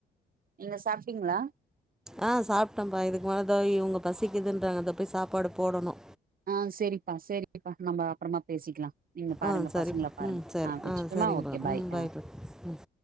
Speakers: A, on the right; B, in the centre.
A: நீங்க சாப்டீங்ளா
B: ஆ சாப்ட்டேப்பா இதுக்கு மேல த உங்க பசிக்கு இதுன்றாங்க போய் சாப்பாடு போடணு
A: ஆ சரிப்பா சரிப்பா நம்ம அப்பறமா பேசிக்கலா நீங்க பாருங்க
B: ஆ சரிப்பா
A: பசங்கள பாருங்க
B: ம் சரி
A: வச்சுட்டுமா
B: ஆ சரிங்கப்பா
A: ஓகே பாய்
B: ம் பயப்ப
A: ஆ
B: ம்